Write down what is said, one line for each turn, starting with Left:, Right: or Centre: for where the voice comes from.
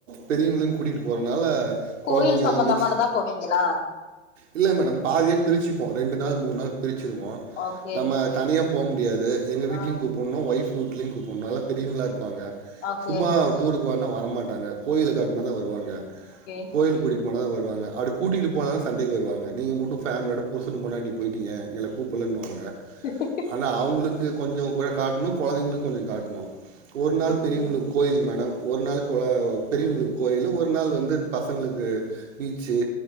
Right: பெரியவங்ளையு கூட்டிட்டு போறனால
Left: கோயில்
Right: கொழந்தைங்க
Left: சம்மந்தமானதா
Right: எல்லா மிக்ஸ்
Left: போவீங்களா
Right: இல்ல மேடம் பாதியா பிரிச்சுப்போ ரெண்டு நாள் மூண் நாள் பிரிச்சிருவோ
Left: ஓகே
Right: நம்ம தனியா போ முடியாது எங்க வீட்லயு
Left: ஆ
Right: கூப்புட்ணு ஒய்ஃப் வீட்லயு கூப்புட்ணு எல்லா பெரியவங்களா இருப்பாங்க
Left: ஓகே
Right: சும்மா டூருக்கு வான்னா வரமாட்டாங்க கோயில காட்னா தா வருவாங்க
Left: ஓகே
Right: கோயில் கூட்டிட் போனா வருவாங்க அப்டி கூட்டிட்டு போலன சண்டைக்கி வருவாங்க நீங்க மட்டு ஃபேமிலியோட புருசனு பொண்டாட்டியு போய்ட்டீங்க எங்கள கூப்புல்லம்பாங்க
Left: <inaudible>
Right: ஆனா அவுங்குளுக்கு கொஞ்சம் கூட காட்னு கொழந்தைங்களுக்கு கொஞ்ச காட்னு ஒரு நாள்
Left: ஓகே
Right: பெரியவங்ளுக் கோயில் மேடம் ஒரு நாள் கொல பெரியவங்ளுக் கோயிலு ஒரு நாள் வந்து பசங்ளுக்கு பீச்சு